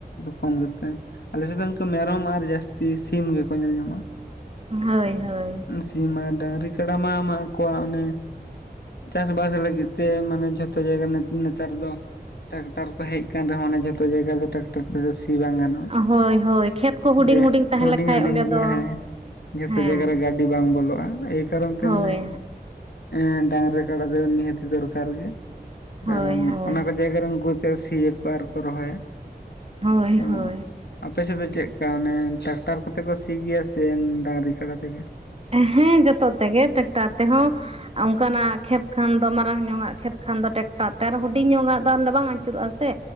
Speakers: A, on the left (about 70°); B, on the right (about 35°).
A: ᱠᱚᱢ ᱜᱮ ᱛᱮ ᱟᱞᱮ ᱥᱮᱫ ᱫᱚ ᱤᱱᱠᱟᱹ ᱢᱮᱨᱚᱢ ᱟᱨ ᱡᱟᱹᱥᱛᱤ ᱥᱤᱢ ᱜᱮᱠᱚ ᱧᱮᱞ ᱧᱟᱢᱚᱜᱼᱟ
B: ᱦᱳᱭ ᱦᱳᱭ
A: ᱥᱤᱢ ᱟᱨ ᱰᱟᱝᱜᱨᱤ ᱠᱟᱰᱟ ᱢᱟ ᱮᱢᱟ ᱠᱚᱣᱟ ᱚᱱᱮ ᱪᱟᱥ ᱵᱟᱥ ᱞᱟᱹᱜᱤᱫ ᱛᱮ ᱢᱟᱱᱮ ᱡᱷᱚᱛᱚ ᱡᱟᱭᱜᱟ ᱱᱮᱛ ᱱᱮᱛᱟᱨ ᱫᱚ ᱴᱟᱠᱴᱟᱨ ᱠᱚ ᱦᱮᱡ ᱮᱱ ᱨᱮᱦᱚᱸ ᱚᱱᱟ ᱡᱚᱛᱚ ᱡᱟᱭᱜᱟ ᱫᱚ ᱴᱟᱠᱴᱚᱨ ᱛᱮᱫᱚ ᱥᱤ ᱵᱟᱝ ᱜᱟᱱᱚᱜ-ᱟ
B: ᱦᱳᱭ ᱦᱳᱭ ᱠᱷᱮᱛ ᱠᱚ ᱦᱩᱰᱤᱧ
A: ᱡᱮ
B: ᱛᱟᱦᱮᱸ
A: ᱦᱩᱰᱤᱧ
B: ᱞᱮᱠᱷᱟᱡ
A: ᱦᱩᱰᱤᱧ
B: ᱚᱸᱰᱮ ᱫᱚ
A: ᱜᱮᱭᱟ ᱦᱮᱸ ᱡᱷᱚᱛᱚ
B: ᱦᱮᱸ
A: ᱡᱟᱜᱟ ᱨᱮ ᱜᱟᱹᱰᱤ ᱵᱟᱝ ᱵᱚᱞᱚᱜ-ᱟ ᱮᱭ ᱠᱟᱨᱚᱱ ᱛᱮ
B: ᱦᱳᱭ
A: ᱢᱟᱱᱮ ᱮᱸ ᱰᱟᱝᱜᱨᱤ ᱠᱟᱰᱟ ᱫᱚ ᱱᱤᱦᱟᱹᱛᱤ ᱫᱚᱨᱠᱟᱨ ᱜᱮ
B: ᱦᱳᱭ
A: ᱠᱟᱨᱚᱱ
B: ᱦᱳᱭ
A: ᱚᱱᱟ ᱠᱚ ᱡᱟᱭᱜᱟ ᱨᱮ ᱩᱱᱠᱩ ᱪᱟ ᱥᱤ ᱭᱟᱠᱚ ᱟᱨ ᱠᱚ ᱨᱚᱦᱚᱭᱟ
B: ᱦᱳᱭ
A: ᱛᱚ
B: ᱦᱳᱭ
A: ᱟᱯᱮ ᱥᱮᱫ ᱫᱚ ᱪᱮᱫ ᱠᱟ ᱚᱱᱮ ᱴᱨᱟᱠᱴᱟᱨ ᱠᱚᱛᱮ ᱠᱚ ᱥᱤ ᱜᱮᱭᱟ ᱥᱮ ᱰᱟᱝᱜᱨᱤ ᱠᱟᱰᱟ ᱛᱮᱜᱮ
B: ᱦᱮᱸ ᱡᱚᱛᱚ ᱛᱮᱜᱮ ᱴᱮᱠᱴᱟᱨ ᱛᱮᱦᱚᱸ ᱚᱱᱠᱟ ᱱᱟᱜ ᱠᱷᱮᱛ ᱠᱷᱟᱱ ᱫᱚ ᱢᱟᱨᱟᱝ ᱧᱚᱜᱼᱟᱜ ᱠᱷᱮᱛ ᱠᱷᱟᱱ ᱫᱚ ᱴᱮᱠᱴᱟᱨ ᱛᱮ ᱟᱨ ᱦᱩᱰᱤᱧ ᱧᱚᱜᱼᱟᱜ ᱫᱚ ᱚᱰᱮ ᱵᱟᱝ ᱟᱹᱪᱩᱨᱚᱜᱼᱟ ᱥᱮ